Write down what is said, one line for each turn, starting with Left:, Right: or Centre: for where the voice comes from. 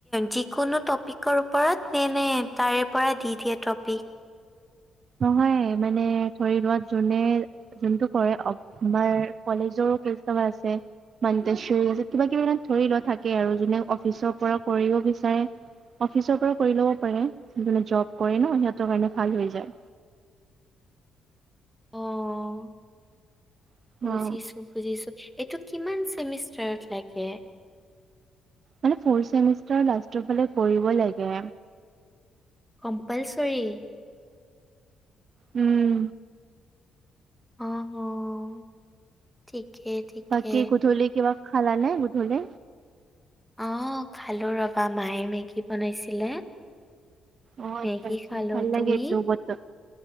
Centre: যিকোনো টপিকৰ ওপৰত <unintelligible> তাৰে পৰা দি দিয়ে টপিক।
Right: নহয় মানে ধৰি লোৱা যোনে। যোনটো কৰে অব আমাৰ কলেজৰো <unintelligible> আছে। মানতেশৰী আছে কিবা কিবা এ ধৰি লোৱা থাকে আৰু যোনে অফিচৰ পৰা কৰিব বিচাৰে। অফিচৰ পৰা কৰি ল'ব পাৰে যোনে জব কৰে ন' সিহঁতৰ কাৰণে ভাল হৈ যায়।
Centre: অ'
Right: অ
Centre: বুজিছোঁ। বুজিছোঁ এইটো কিমান চেমিষ্টাৰত লাগে।
Right: মানে ফৰ্থ চেমিষ্টাৰ লাষ্টৰ ফালে কৰিব লাগে।
Centre: কম্পাল চৰি।
Right: উম।
Centre: অ' অ' ঠিকে। ঠিকে।
Right: বাকি গধুলি কিবা খালা নে গধুলি?
Centre: অ' খালোঁ ৰবা মায়ে মেগী বনাইছিলে।
Right: অ'
Centre: মেগী
Right: আচ্ছা -আচ্ছা
Centre: খালো।
Right: ভাললাগে
Centre: তুমি?
Right: এইটো বতৰত।